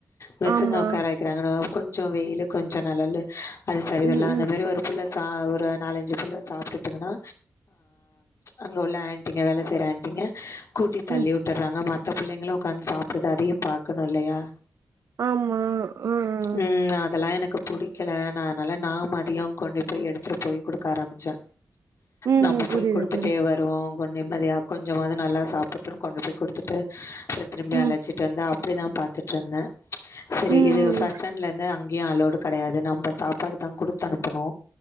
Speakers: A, on the left; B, on the right.
A: மிசுங்க
B: ஆ ஆ ஆமா
A: ஒட்கார கிறாங்க கொஞ்சோ வெயிலு கொஞ்ச நெழலு அது சரிவர்ல
B: ம்
A: அந்த
B: ம்
A: மாரி ஒரு ஃபுள்ள சா ஒரு நாலஞ்சு ஃபுள்ள சாப்டுட்டுங்கன்னா அங்கே உள்ள இங்க வேல செய்ற ஆன்ட்டீங்க கூட்டி தள்ளிவுட்டுறாங்க
B: ம்
A: மத்த புள்ளைங்களு ஒட்காந்து சாப்புடுது அதையு பாக்கணு இல்லயா
B: ஆமா ஆ ஆ
A: ம் அதெல்லா எனக்கு புடிக்கல நா அதனால நா மதியோ கொண்டு போய் எடுத்துட்டு போய் குடுக்க ஆரம்பிச்சே
B: ம்
A: நம்போ போய்
B: புரியுது
A: குடுத்துட்டே
B: புரியுது
A: வர் ருவோ கொஞ்ச நிம்மதியா கொஞ்சமாது நல்லா சாப்புட்டு கொண்டு போய் குடுத்துட்டு அப்றோ திரும்பி
B: ம்
A: அழச்சிட்டு வந்து அப்டி நா பாத்துட்டிருந்தே செரி
B: ம்
A: இது
B: ம்
A: ஃபர்ஸ்ட் ஸ்டாண்ட்ல இருந்து அங்கையு அலோட்டு கெடையாது நம்ம சாப்பாடு தான் குடுத்து அனுப்பணு